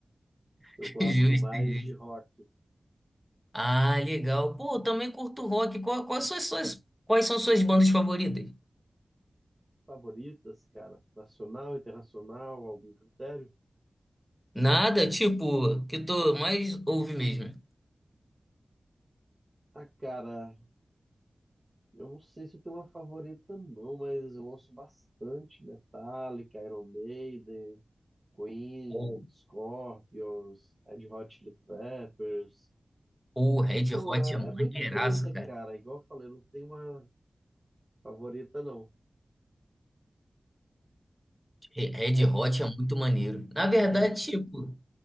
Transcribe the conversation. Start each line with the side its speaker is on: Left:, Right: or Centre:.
Right: Eu
Centre: <laughs>
Right: gosto
Centre: Justo,
Right: mais
Centre: justo.
Right: de rock.
Centre: Ah, legal. Pô, eu também curto rock. Qual- quais são as suas, quais são as suas bandas favoritas?
Right: Favoritas, cara? Nacional, internacional, algum critério?
Centre: Nada, tipo, que tu mais ouve mesmo.
Right: Ah, cara, Eu não sei se eu tenho uma favorita, não, mas eu ouço bastante Metallica, Iron Maiden, Queen,
Centre: Pô,
Right: Scorpions, Red Hot Chili Peppers.
Centre: pô,
Right: É tipo,
Centre: Red Hot
Right: é
Centre: é maneiraço,
Right: muita coisa,
Centre: cara.
Right: cara. Igual eu falei, eu não tenho uma favorita, não.
Centre: Re- Red
Right: Re-
Centre: Hot é muito maneiro. Na verdade,
Right: Red,
Centre: tipo,